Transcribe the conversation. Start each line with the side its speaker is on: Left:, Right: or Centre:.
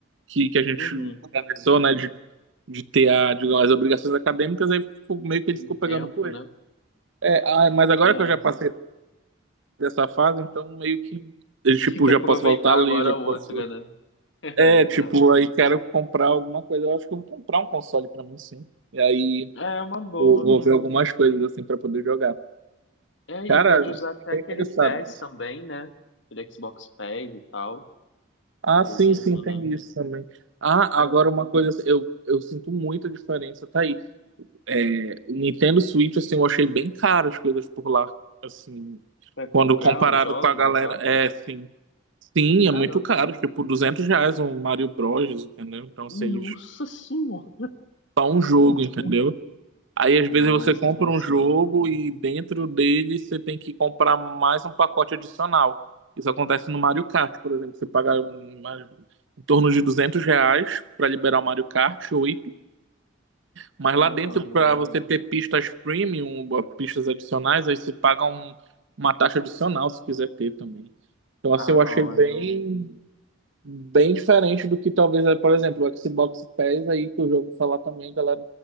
Right: que, que a gente
Left: uhum,
Right: conversou, né, de de ter a, digamos, as obrigações acadêmicas, aí ficou- meio que ele
Left: do
Right: ficou pegando
Left: tempo,
Right: poeira.
Left: né?
Right: É, ah, mas agora
Left: É,
Right: que eu já passei dessa fase, então meio que,
Left: <laughs>
Right: eu, tipo,
Left: tem que
Right: já
Left: aproveitar
Right: posso voltar a ler,
Left: agora
Right: já
Left: a outra,
Right: posso...
Left: né? <laughs> É
Right: É,
Left: verdade.
Right: tipo, aí quero comprar alguma coisa. Eu acho que eu vou comprar um console pra mim, sim. E aí
Left: É uma boa.
Right: eu vou ver algumas coisas, assim, pra poder jogar.
Left: É, e
Right: Cara,
Left: pode usar até
Right: fiquei bem
Left: aquele
Right: interessado
Left: PES
Right: nisso.
Left: também, né? Aquele Xbox PES e tal,
Right: Ah,
Left: por
Right: sim,
Left: exemplo,
Right: sim, tem
Left: né?
Right: isso também. Ah,
Left: É,
Right: agora uma coisa, assim, eu, eu sinto muita diferença, tá aí. É, Nintendo Switch, assim, eu achei bem caro as coisas por lá. Assim,
Left: pra comprar
Right: Quando comparado
Left: os jogos
Right: com a galera,
Left: e tal.
Right: é sim. Sim,
Left: Caramba.
Right: é muito caro, tipo 200 reais um Mario Bros, entendeu? Então,
Left: Nossa
Right: vocês
Left: senhora.
Right: só um jogo, entendeu?
Left: Ui,
Right: Aí, às
Left: não,
Right: vezes, você
Left: sem
Right: compra
Left: condição.
Right: um jogo e dentro dele você tem que comprar mais um pacote adicional. Isso acontece no Mario Kart, por exemplo. Você paga uma- em torno de 200 reais para liberar o Mario Kart oito Mas
Left: Ah,
Right: lá dentro,
Left: não, não
Right: para
Left: dá
Right: você
Left: não.
Right: ter pistas premium, bo- pistas adicionais, aí você paga um- uma taxa adicional se quiser ter também. Então, assim,
Left: Ah,
Right: eu
Left: não,
Right: achei bem,
Left: aí não.
Right: bem diferente do que talvez, eh, por exemplo, o Xbox Pass aí, que eu já ouvi falar também, galera